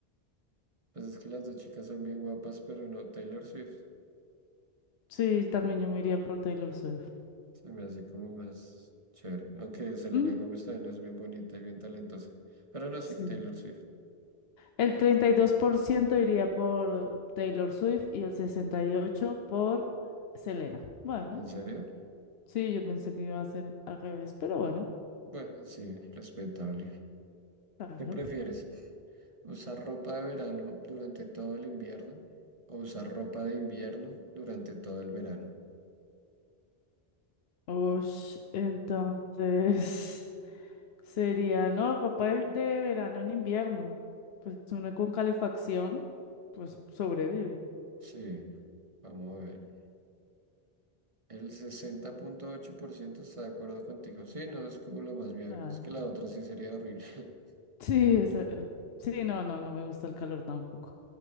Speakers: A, on the right; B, on the left.
A: Pues es que las dos chicas son bien guapas, pero no Taylor Swift.
B: Sí, también yo me iría por Taylor Swift.
A: Se me hace como más chévere. Aunque Selena
B: ¿Mm?
A: Gómez también es bien bonita y bien talentosa. Pero no,
B: Sí.
A: sí, Taylor Swift.
B: El 32% iría por Taylor Swift y el sesenta y ocho por Selena. Bueno,
A: ¿En serio?
B: sí, yo pensé que iba a ser al revés, pero bueno,
A: Bueno, sí, respetable.
B: claro.
A: ¿Qué prefieres? ¿Usar ropa de verano durante todo el invierno o usar ropa de invierno durante todo el verano?
B: Ush, entonces <laughs> sería, no, ropa de, de verano en invierno. Pues uno con calefacción, pues sobrevive.
A: Sí, vamos a ver. El sesenta punto ocho por ciento está de acuerdo contigo. Sí, no, es como lo más viable.
B: Ah,
A: Es que la otra sí sería horrible. <laughs>
B: Sí, esa- eh, sí, no, no, no me gusta el calor tampoco.